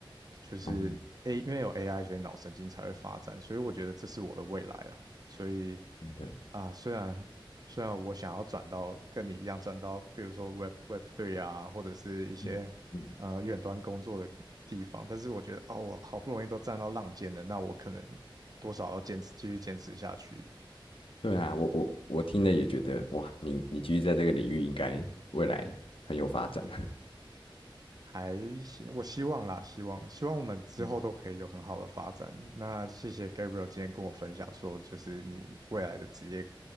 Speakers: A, on the right (about 45°); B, on the left (about 85°).
A: 就是
B: 哦，
A: A，因为有 AI，所以脑神经才会发展，所以我觉得这是我的未来啊，所以。
B: 真的
A: 啊，虽然虽然我想要转到跟你一样转到，比如说 Web Web Three 啊，或者是一些呃远端工作的地方，
B: 嗯嗯，
A: 但是我觉得哦，我好不容易都站到浪尖了，那我可能多少要坚持继续坚持下去，
B: 对啊，我我我听了也觉得，哇，你你继续在这个领域，应该未来很有发展。
A: 还行，我希望啦，希望希望我们之后都可以有很好的发展。
B: <laughs>
A: 那谢谢 Gabriel 今天跟我分享说，就是你未来的职业